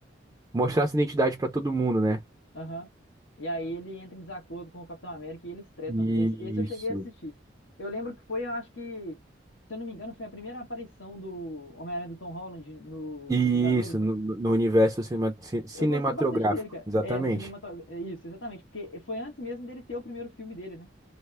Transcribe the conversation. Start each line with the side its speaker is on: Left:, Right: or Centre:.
Right: mostrar sua identidade para todo mundo, né?
Left: Aham. E aí ele entra em desacordo com o Capitão América e eles tretam,
Right: Isso.
Left: né? Esse, esse eu cheguei a assistir. Eu lembro que foi, eu acho que, se eu não me engano, foi a primeira aparição do Homem-Aranha do Tom Holland no,
Right: E
Left: nos Vingadores,
Right: Isso,
Left: né?
Right: no, no universo cinema- ci- cinematográfico,
Left: Eu gostei bastante dele, cara.
Right: exatamente.
Left: É, no cinematográfico. É isso, exatamente. Porque foi antes mesmo dele ter o primeiro filme dele, né?